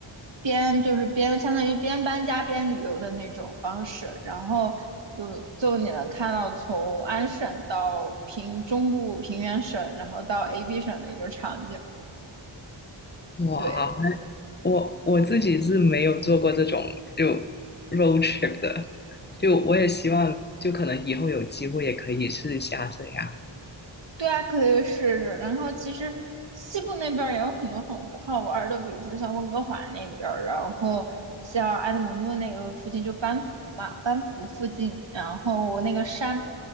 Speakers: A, on the right; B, on the left.
A: 边就是边相当于边搬家边旅游的那种方式，然后就就你能看到从安省到平中部平原省，然后到 AB 省的一个场景，
B: 哇，
A: 对。
B: 我我自己是没有做过这种就 road trip 的，就我也希望就可能以后有机会也可以试一下这样。
A: 对啊，可以试试。然后其实西部那边儿也有很多很好玩儿的，比如说像温哥华那边儿，然后像埃德蒙顿那个附近就班夫嘛，班夫附近，然后那个山